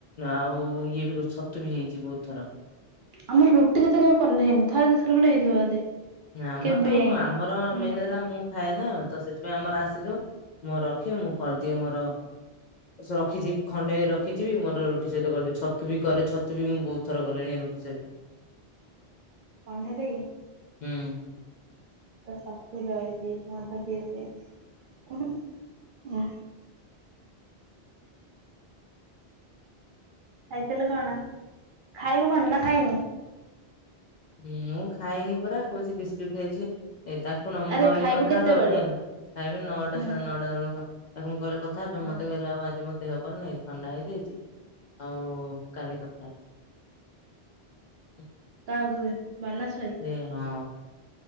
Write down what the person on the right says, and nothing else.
ଆମର ରୁଟି ସହିତ କେବେ ପନିର ହେଇନି। ଥରେ ଦି ଥର ଖଣ୍ଡେ ହେଇଥିଲା ବୋଧେ।
କେବେ
ଯାଇକି
ନହେଲେ
କଣ୍ଢେଇ ଦେଇ।
ତା ଶଶୁର ଆଇଛି ମାଦ ପିଇବା ପାଇଁ <unintelligible> ଖାଇଥିଲୁ କଣ, ଖାଇବୁ କଣ ନା ଖାଇନୁ?
ଆରେ
ଖାଇବୁ
କେତେବେଳେ
ହୁଁ
ହଁ
କାହାକୁ ମାନସ ଭାଇ?